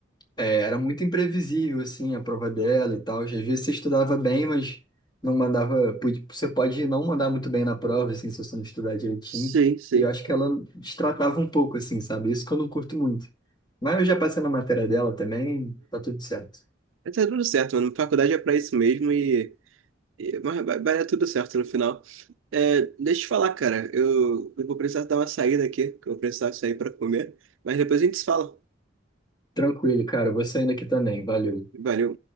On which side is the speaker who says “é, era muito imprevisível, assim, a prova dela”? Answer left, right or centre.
Left